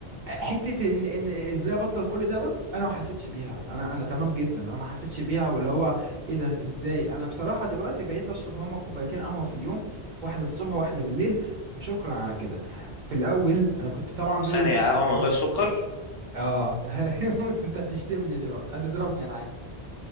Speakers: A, on the right; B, on the left.
A: حته ان ان ازاي ابطل كل دوت انا ما حسيتش بيها انا انا تمام جدا انا ما حسيتش بيها واللي هو ايه ده ازاي انا بصراحه دلوقتي بقيت اشرب هما كوبايتين قهوه في اليوم واحده الصبح وواحده بالليل وشكرا على كده في الاول انا كنت طبعا دول
B: ثانيه
A: اللي...
B: قهوه من
A: مم.
B: غير سكر
A: اه <laughs> بص انت هتشتمني دلوقتي هتضربني انا عارف